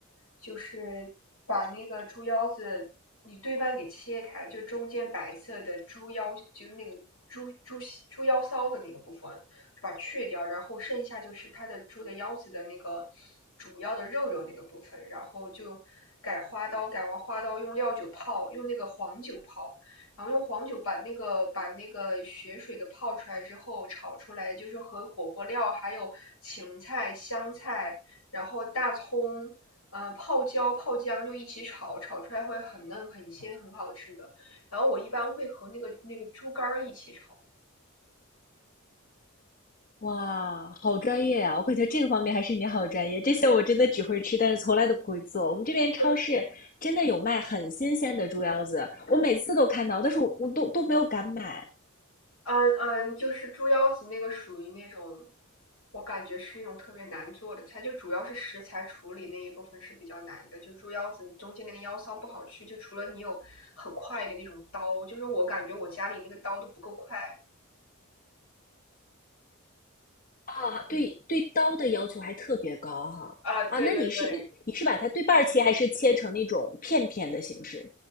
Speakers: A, on the left; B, on the left.
A: 就是把那个猪腰子你对半给切开，就中间白色的猪腰，就那个猪猪猪腰骚的那个部分，就把它去掉，然后剩下就是它的猪的腰子的那个主要的肉肉那个部分，然后就改花刀，改完花刀用料酒泡，用那个黄酒泡。然后用黄酒把那个把那个血水给泡出来之后炒出来，就是和火锅料还有芹菜、香菜，然后大葱，呃，泡椒、泡姜就一起炒，炒出来会很嫩、很鲜、很好吃的。然后我一般会和那个那个猪肝儿一起炒，
B: 哇，好专业啊！我感觉这个方面还是你好专业，这些我真的只会吃，但是从来都不会做。我们这边超市真的有卖很新鲜的猪腰子，
A: 就
B: 我每次都看到，但是我我都都没有敢买
A: 嗯嗯，就是猪腰子那个属于那种，我感觉是那种特别难做的菜，就主要是食材处理那一部分是比较难的。就猪腰子中间那个腰骚不好去，就除了你有很快的那种刀，就是我感觉我家里那个刀都不够快
B: 啊。对对刀的要求还特别高哈啊！
A: 啊。对对对，
B: 那你是一你是把它对半儿切，还是切成那种片片的形式？